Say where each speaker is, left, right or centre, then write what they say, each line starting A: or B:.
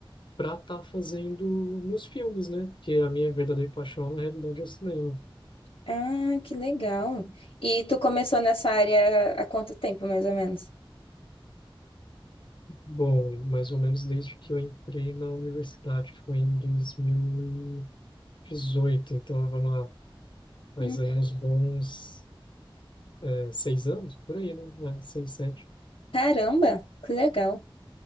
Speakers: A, on the left; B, on the left.
A: para estar tá fazendo meus filmes, né? Porque a minha verdadeira paixão, na realidade, é o cinema.
B: Ah, que legal. E tu começou nessa área há quanto tempo, mais ou menos?
A: Bom, mais ou menos desde que eu entrei na universidade, que foi em 2018, então vamos lá, faz
B: Hum,
A: aí uns bons. é, seis anos, por aí, né? É, seis, sete.
B: Caramba, que legal.